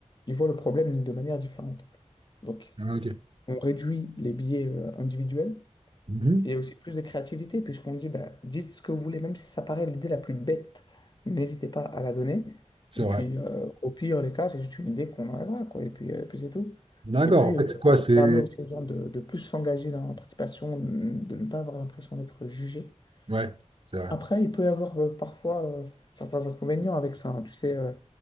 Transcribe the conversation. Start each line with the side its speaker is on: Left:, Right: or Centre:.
Left: ils voient le problème de manière différente. Donc,
Right: Ah, ok.
Left: on réduit les biais euh, individuels
Right: Mhm.
Left: et aussi plus de créativité, puisqu'on dit, bah, dites ce que vous voulez, même si ça paraît l'idée la plus bête, n'hésitez pas à la donner.
Right: C'est
Left: Et
Right: vrai.
Left: puis, euh, au pire des cas, c'est juste une idée qu'on enlèvera, quoi. Et puis, euh, puis c'est tout.
Right: D'accord.
Left: Et puis,
Right: En fait,
Left: euh,
Right: c'est quoi?
Left: ça
Right: C'est.
Left: permet aussi aux gens de, de plus s'engager dans la participation, de ne pas avoir l'impression d'être jugé.
Right: Ouais, c'est vrai.
Left: Après, il peut y avoir euh, parfois euh, certains inconvénients avec ça. hein. Tu sais, euh,